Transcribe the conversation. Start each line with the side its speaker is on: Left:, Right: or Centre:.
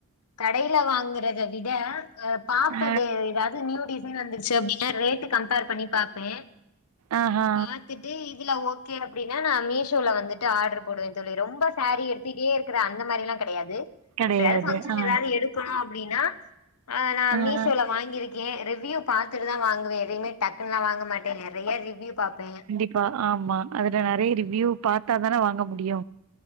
Left: கடைல வாங்றத விட அப் பாத்தவே
Right: ஆ
Left: எதாது நியூ டிசைன் வந்துருச்சு அப்டினா ரேட்டு் கம்பேர் பண்ணி பாத் தே
Right: ஆஹா
Left: பாத்துட்டு இதுல ஓக் கே அப்டினா நா மீஷோல வந்துட்டு ஆர்ட்ரு போடுவே தோழி ரொம்ப சாரி எடுத்துட்டே இருக்ற அந்தம் மேரிலாங் கெடையாது
Right: கெடையாது
Left: எப்பையாது ஃபங்ஷன்
Right: ஆ
Left: எதாவது எடுப் க்கனு அப்டினா அ நா
Right: ஆ
Left: மீஷோல
Right: ஆ.
Left: வாங்கிருக்கே ரெவ்யூ பாத்துட்டுதா வாங்குவே எதையுமே டக்குன்லா வாங்க மாட்டே நெறைய ரிவ்யூ பாப்பே
Right: ப்ப ஆமா அதுல நெறைய ரிவ்யூ பாத்தாதான வாங்க முடியு